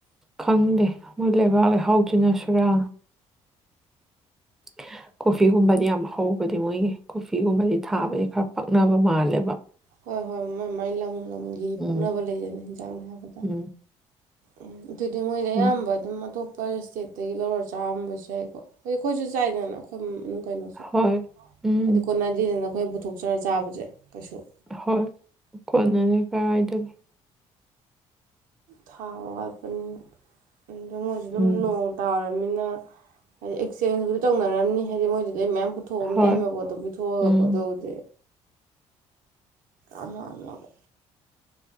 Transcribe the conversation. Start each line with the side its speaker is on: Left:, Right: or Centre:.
Centre: ꯈꯪꯗꯦ ꯃꯣꯏ ꯂꯩꯕꯥꯛ ꯂꯩꯍꯥꯎ ꯇꯅ ꯁꯔꯥ <unintelligible> ꯀꯣꯐꯤꯒꯨꯝꯕꯗꯤ ꯌꯥꯝ ꯍꯧꯕꯗꯤ ꯃꯣꯏꯒꯤ ꯀꯣꯐꯤꯒꯨꯝꯕꯗꯤ ꯊꯥꯕꯁꯦ ꯈꯔ ꯄꯛꯅꯕ ꯃꯥꯜꯂꯦꯕ
Right: ꯍꯣꯏ ꯍꯣꯏ ꯃꯥꯏ ꯃꯥꯏ ꯂꯝ ꯂꯝꯒꯤ
Centre: ꯎꯝ
Right: ꯄꯣꯛꯅꯕ ꯂꯩꯗꯅ ꯍꯟꯖꯥꯡ ꯅꯥꯕꯗ
Centre: ꯎꯝ
Right: ꯎꯝ ꯑꯗꯨꯗꯤ ꯃꯣꯏꯗ
Centre: ꯎꯝ
Right: ꯑꯌꯥꯝꯕ ꯑꯗꯨꯝ ꯑꯇꯣꯞꯄ ꯑꯄ ꯏꯁꯇꯦꯠꯇꯒꯤ ꯂꯧꯔ ꯆꯥꯔꯝꯕꯁꯨ ꯌꯥꯏꯀꯣ ꯑꯩꯈꯣꯏ ꯑꯩꯈꯣꯏꯁꯨ ꯆꯥꯏꯗꯅ ꯑꯩꯈꯣꯏ ꯀꯩꯅꯣꯁꯨ
Centre: ꯍꯣꯏ ꯎꯝ
Right: ꯍꯥꯏꯗꯤ ꯀꯣꯟꯅꯗꯤꯅꯤꯅ ꯑꯩꯈꯣꯏꯅ ꯄꯨꯊꯣꯛꯆꯔ ꯆꯥꯕꯁꯦ ꯀꯩꯁꯨ
Centre: ꯍꯣꯏ ꯀꯣꯟꯅꯅꯤ ꯀꯔꯥꯏꯗꯒꯦ
Right: ꯊꯥꯎꯒꯄꯅꯤ ꯑꯣ ꯃꯣꯏꯁꯨ ꯑꯗꯨꯝ
Centre: ꯎꯝ
Right: ꯅꯣꯡ ꯇꯥꯔꯕꯅꯤꯅ ꯍꯥꯏꯗꯤ ꯑꯦꯛꯆꯦꯟꯖꯕꯨꯗꯤ ꯇꯧꯅꯔꯝꯅꯤ ꯍꯥꯏꯗꯤ ꯃꯣꯏꯗꯨꯗꯩ ꯃꯌꯥꯝ ꯊꯣꯛꯑꯕꯅ
Centre: ꯍꯣꯏ
Right: ꯑꯍꯩꯕ ꯄꯣꯠꯇꯣ ꯄꯤ ꯊꯣꯛꯑꯒꯀꯣ
Centre: ꯎꯝ
Right: ꯑꯗꯨꯕꯨꯗꯤ ꯑꯃ ꯑꯃꯒ